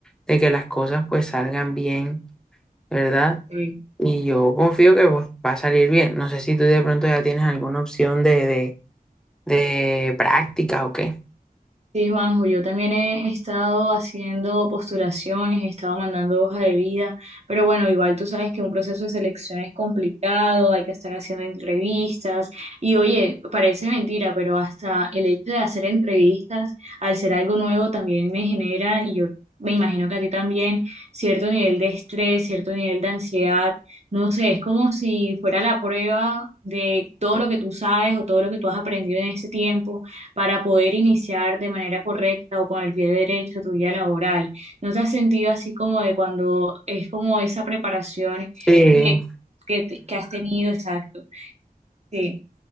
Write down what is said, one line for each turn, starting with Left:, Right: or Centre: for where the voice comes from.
Centre: de que las cosas pues salgan bien, ¿verdad?
Right: Sí,
Centre: Y yo confío que pues va a salir bien. No sé si tú de pronto ya tienes alguna opción de, de, de práctica o qué.
Right: Sí, Juanjo, yo también he estado haciendo postulaciones, he estado mandando hoja de vida, pero bueno, igual tú sabes que un proceso de selección es complicado, hay que estar haciendo entrevistas y oye, parece mentira, pero hasta el hecho de hacer entrevistas, al ser algo nuevo, también me genera, y yo me imagino que a ti también, cierto nivel de estrés, cierto nivel de ansiedad, no sé, es como si fuera la prueba de todo lo que tú sabes o todo lo que tú has aprendido en ese tiempo para poder iniciar de manera correcta o con el pie derecho tu vida laboral. ¿No te has sentido así como de cuando es como esa preparación
Centre: Sí.
Right: que, que, te- que has tenido, exacto? Sí.